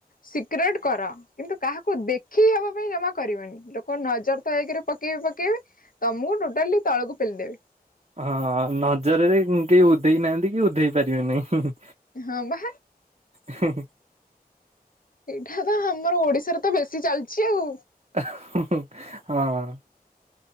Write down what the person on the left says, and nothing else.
ସିକ୍ରେଟ କର କିନ୍ତୁ କାହାକୁ ଦେଖି ହବା ପାଇଁ ଜମା କରିବନି। କଣ ନଜର ତ ଏକ ରେ ପକେଇବେ ପକେଇବେ ତ ମୁଁ ଟୋଟାଲି ତଳକୁ ପେଲି ଦେବି।
ହଁ ବା।
ଏଇଟା ବା ଆମର ଓଡିଶାରେ ତ ବେଶୀ ଚାଲିଛି ଆଉ।